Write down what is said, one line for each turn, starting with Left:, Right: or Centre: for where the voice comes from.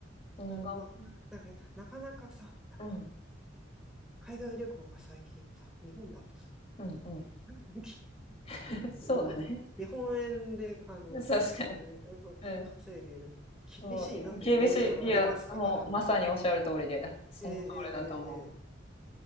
Left: うん、
Centre: でもま、
Left: がん、
Centre: なんか、なかなかさ、やっぱ、
Left: うん。
Centre: 海外旅行が最近さ、日本だとさ、
Left: うんうん。
Centre: <laughs> あの、
Left: <laughs> そうだね。
Centre: 日本、日本円で、あの、
Left: 確かに。
Centre: はい、お金を稼いでいると厳しいなという現状がありますから。
Left: うん。もう厳しい。いや、もうまさにおっしゃる通りで、その通りだと思う。
Centre: ええええええ